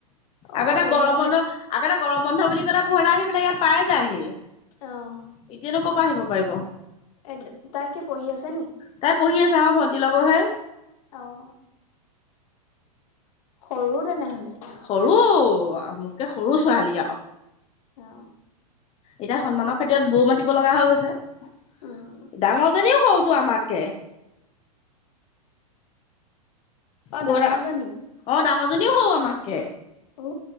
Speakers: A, on the left; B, on the left.
A: অ',
B: আগতে
A: পঢ়ি
B: গৰম
A: আছে
B: বন্ধ আগতে গৰম বন্ধ বুলি কলে পোহৰা আহি বলে ইয়াত পাই যায়হি এতিয়ানো
A: অ',
B: কব আহিব পাৰিব
A: এ তাইকে পঢ়ি আছে নি
B: তাই পঢ়ি আছে আমাৰ ভণ্টিৰ লগৰহে
A: আহ সৰুও তেনেহলে
B: সৰু মোৰকে সৰু ছোৱালী আ
A: অ
B: এতিয়া সন্মানৰ খাতিৰথত বৌ মাতিব লগা হৈ গৈছে
A: উম,
B: ডাঙৰজনীও সৰুটো আমাত কে
A: অ',
B: প
A: ডাঙৰজনী
B: অ ডাঙৰ জনীও হও আমাতকে
A: উ